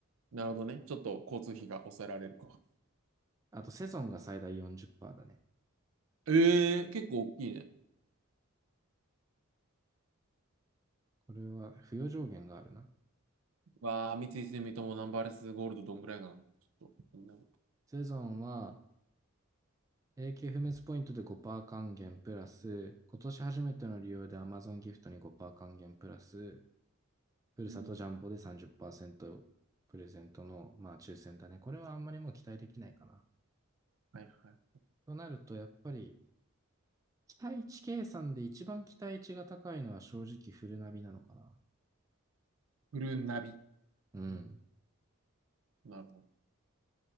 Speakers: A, on the right (about 75°); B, on the right (about 15°).
A: なるほどね。ちょっと交通費が抑えられるか。
B: あとセゾンが最大40%だね。
A: ええ結構大きいね。
B: これは付与上限があるな。
A: わあ、三井住友ナンバーレスゴールドどんぐらいかな。ちょっと、気になる。
B: セゾンは永久不滅ポイントで5%還元プラス、今年初めての利用で Amazon ギフトに5%還元プラス、ふるさとジャンボで30%
A: うん。
B: プレゼントの、まあ、抽選だね。これはあんまりもう期待できないかな。
A: はいはい。
B: となると、やっぱり期待値計算で一番期待値が高いのは正直フルナビなのかな。
A: フルナビ。
B: うん。
A: うん、なるほど。